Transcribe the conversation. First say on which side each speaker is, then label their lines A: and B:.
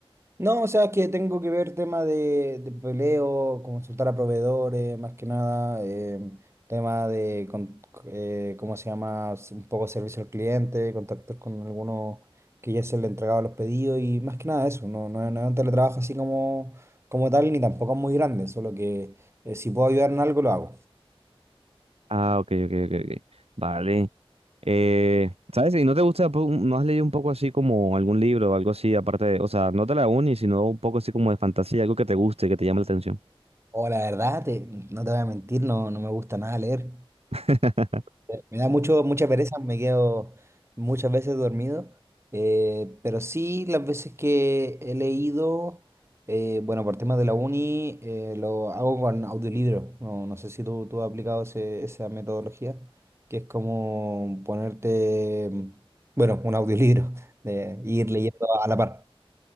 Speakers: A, on the right; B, on the right.
A: No, o sea, que tengo que ver tema de, de peleo, consultar a proveedores, más que nada, em, tema de, con- eh, ¿cómo se llama? S- Un poco servicio al cliente, contactos con algunos que ya se le entregaba los pedidos y más que nada eso, no, no, no es un teletrabajo así como, como tal ni tampoco es muy grande, solo que eh, si puedo ayudar en algo lo hago.
B: Ah, ok, ok, ok, ok. Vale. Eh, ¿sabes? ¿Y no te gusta, po- no has leído un poco así como algún libro o algo así, aparte de, o sea, no de la uni, sino un poco así como de fantasía, algo que te guste, que te llame la atención?
A: O la verdad, te- no te voy a mentir, no, no me gusta nada leer.
B: <laughs>
A: Me me da mucho, mucha pereza, me quedo muchas veces dormido, eh, pero sí las veces que he leído, eh, bueno, por temas de la uni, eh, lo hago con audiolibro. No, no sé si tú, tú has aplicado ese- esa metodología, que es como ponerte, mm, bueno, un audiolibro, <laughs> de ir leyendo a la par.